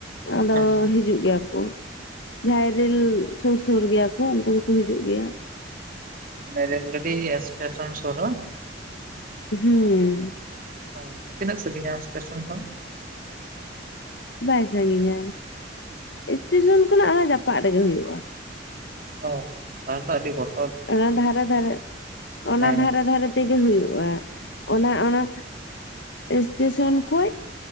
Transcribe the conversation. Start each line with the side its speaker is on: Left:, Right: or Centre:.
Left: ᱟᱫᱚ
Right: ᱦᱮᱸ᱾
Left: ᱦᱤᱡᱩᱜ ᱜᱮᱭᱟ ᱠᱚ ᱡᱟᱦᱟᱸᱭ ᱨᱮᱹᱞ ᱥᱩᱨ ᱥᱩᱨ ᱜᱮᱭᱟ ᱠᱚ ᱩᱱᱠᱩ ᱦᱩᱠᱚ ᱦᱤᱡᱩᱜ ᱜᱮᱭᱟ
Right: ᱚᱸᱰᱮ ᱨᱮᱞ ᱜᱟᱹᱰᱤ ᱥᱴᱮᱥᱚᱱ ᱥᱩᱨ ᱵᱟᱝ
Left: ᱦᱩᱸ
Right: ᱚ ᱛᱤᱱᱟᱹᱜ ᱥᱟᱺᱜᱤᱧᱟ ᱥᱴᱮᱥᱚᱱ ᱠᱷᱚᱱ
Left: ᱵᱟᱭ ᱥᱟᱺᱜᱤᱧᱟᱭ ᱥᱴᱮᱥᱚᱱ ᱠᱷᱚᱱᱟᱜ ᱚᱱᱟ ᱡᱟᱯᱟᱜ ᱨᱮᱜᱮ ᱦᱩᱭᱩᱜᱼᱟ
Right: ᱚ ᱛᱟᱞᱦᱮ ᱛᱚ ᱟᱹᱰᱤ ᱵᱚᱛ
Left: ᱚᱱᱟ ᱫᱷᱟᱨᱮ ᱫᱷᱟᱨᱮ ᱚᱱᱟ
Right: ᱦᱮᱸ
Left: ᱫᱷᱟᱨᱮ ᱫᱷᱟᱨᱮ ᱛᱮᱜᱮ ᱦᱩᱭᱩᱜᱼᱟ ᱚᱱᱟ ᱚᱱᱟ ᱥᱴᱮᱥᱚᱱ ᱠᱷᱚᱡ